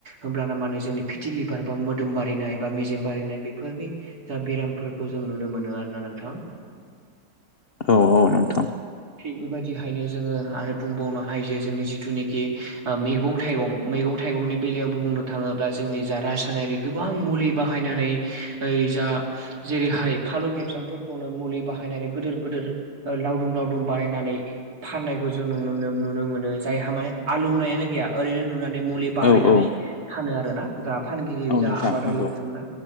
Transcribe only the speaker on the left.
औ औ नोंथां।
औ औ
औ
नोंथां
नंगौ